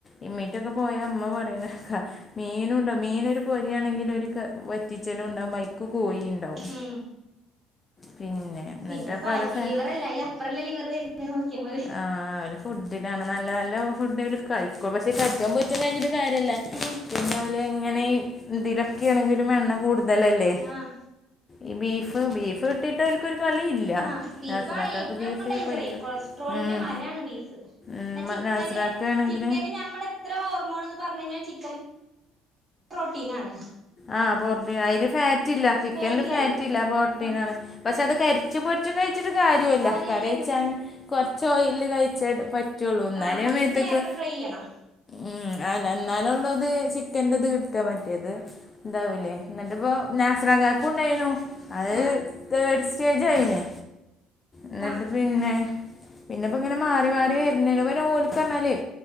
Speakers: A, on the left; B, on the right.
A: ഇമ്മീറ്റൊക്കെ പോയ ഇമ്മ പറയുന്നെക്ക മീനുണ്ടാവും.. മീനൊരു പൊരിയാണെങ്കിൽ ഒരു വറ്റിച്ചലും ഉണ്ടാകും.. അയിൽക്ക് കോഴിണ്ടാവും
B: ഉം..
A: പിന്നെ എന്നിട്ടപ്പം
B: പിന്നെ ഫാറ്റി
A: അത് ഫേ
B: ലിവർ അല്ല.. അയിൽ അപ്പറല്ല ലിവർ വരുന്ന നോക്കിയാൽ മതി
A: ആഹ് ഓല് ഫുഡിലാണ് നല്ല നല്ല ഫുഡ്ല്ലേ കഴിക്കൂ. പക്ഷെ കരിച്ചേ പൊരിച്ചേം കഴിച്ചിട്ട് കാര്യല്ല
B: ഉം
A: പിന്നെ ഓല് ഇങ്ങനെ ഇതിലൊക്കെയാണെങ്കിലും എണ്ണ കൂടുതലല്ലേ
B: ആഹ്
A: ഈ ബീഫ് ബീഫ് വിട്ടിട്ട് ഓല്ക്കൊരു കളി ഇല്ല
B: ആഹ്.. ബീഫ്
A: നാസിറാക്കാക്ക്
B: ആണ് ഏറ്റവും
A: ബീഫേ
B: ഡേഞ്ചറേ..
A: പറ്റൂ
B: കൊളസ്ട്രോളിന്റെ
A: ഉം
B: മരാണ് ബീഫ്
A: ഉം
B: എന്ന ചിക്കന്..
A: നാസിറാക്കാണെങ്കിൽ
B: ചിക്കന് ഞമ്മൾ എത്ര ഹോർമോണന്ന് പറഞ്ഞു കഴിഞ്ഞാലും ചിക്കൻ പ്രോട്ടീനാണ്
A: ആ... പോർടീന... അയിൽ ഫാറ്റ് ഇല്ല.. ചിക്കനിൽ
B: ഫാറ്റില്ലല്ലോ
A: ഫാറ്റില്ല.. അത് പ്രോട്ടീനണ്..
B: ആഹ്
A: പക്ഷെ അത് കരിച്ച് പൊരിച്ചും കഴിച്ചി ട്ട് കാര്യുല്ല...
B: കാര്യല്ലേനും
A: കാര്യവെച്ചാൽ കൊറച്ച് ഓയില് കഴിച്ചേ പറ്റുള്ളൂ എന്നാലേ
B: ആഹ് അല്ലെങ്കി
A: മേതേക്ക്
B: പിന്നെ എയർ ചെയ്യണം
A: ഉം അ എന്നാലുള്ളൂ അത് ചിക്കന്റെ ഇത് കിട്ടാ മറ്റേത് ഇണ്ടാവൂലേ എന്നിട്ട് ഇപ്പ നാസറകാക്കക്ക് ഉണ്ടായിനു അത്
B: ആഹ്
A: തേഡ് സ്റ്റേജയിനെ എന്നിട്ട്
B: ആഹ്
A: പിന്നെ പിന്നെപ്പ ഇങ്ങനെ മാറി മാറി വരുന്ന് പിന്നെ ഓലിക്കറഞ്ഞാലേ